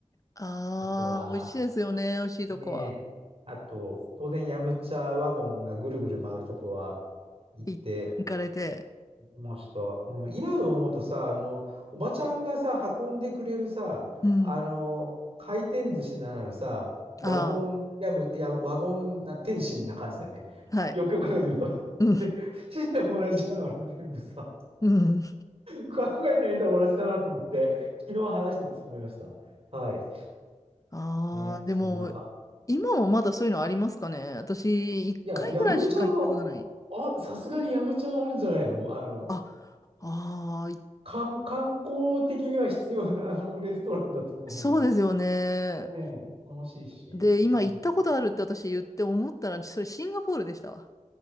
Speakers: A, on the left; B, on the right.
A: ああー、
B: あとは、
A: 美味しいですよね、美味しいとこは。
B: ねえ。あと、当然、ヤムチャワゴンがぐるぐる回るとこは行って
A: い行かれて。
B: ました。うん、今思うとさ、あの、おばちゃんがさ、運んでくれるさ、
A: うん。
B: あの、回転寿司ならぬさ、ワゴン、
A: あ
B: ヤム、や、ワゴンな、天津な感じだよね。
A: あ、はい。
B: よくよく考えてみると。
A: うん。
B: で、システム同じじゃん、あれ全部さ。
A: うん。
B: 考えてみたら同じだなと思って、昨日話しててそう思いました。はい。
A: ああ、
B: ね、
A: でも、
B: そんな感じ。
A: 今もまだそういうのありますかね。私、一回ぐらいしか行ったことない。
B: いや、ヤムチャは、あ、さすがにヤムチャはあるんじゃないのあの、
A: あ、ああ、い
B: 観、観光的には必要な、<laughs> あの、レストランだと思うんだけど。
A: そうですよね。
B: ねえ、楽しいし。
A: で、
B: うん。
A: 今行ったことあるって私言って思ったら、それシンガポールでしたわ。